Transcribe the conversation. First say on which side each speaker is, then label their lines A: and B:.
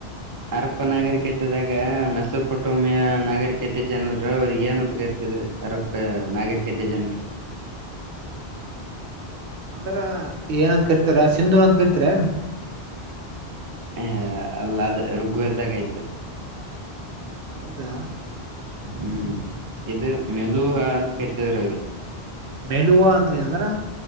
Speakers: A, on the right; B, on the right.
A: ಅರಪ್ಪ ನಾಗರಿಕತೆದಾಗ ಮೆಸೊಪಟೋಮಿಯ ನಾಗರಿಕತೆ ಜನರು ಅವರು ಏನಂತ ಕರಿತಿದ್ರ ಅರಪ್ಪ ನಾಗರಿಕತೆ ಜನರಿಗೆ
B: ಅಂದ್ರ ಏನಂತ ಕರಿತಾರ ಸಿಂಧುನ ಅಂತ ಕರಿತಾರ
A: ಹ ಅಲ್ಲ ಅದ ರುಗ್ುವ್ದಾಗ ಆಯ್ತು
B: ಹೌದಾ
A: ಹ್ಮ್ ಇದು ಮೆಲುಹ ಅಂತ ಇರ್ತಿದ್ರ ಅವ್ರೀ
B: ಮಲುವ ಅಂತ ಏನಂದ್ರ